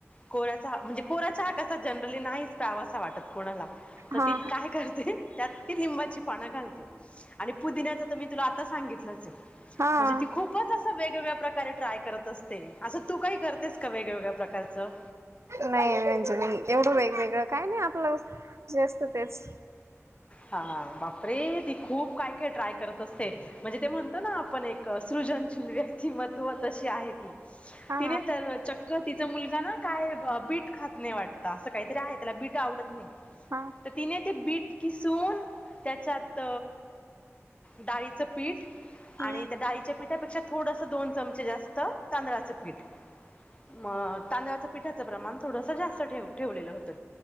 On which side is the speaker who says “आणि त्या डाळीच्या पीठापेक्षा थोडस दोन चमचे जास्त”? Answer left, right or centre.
Left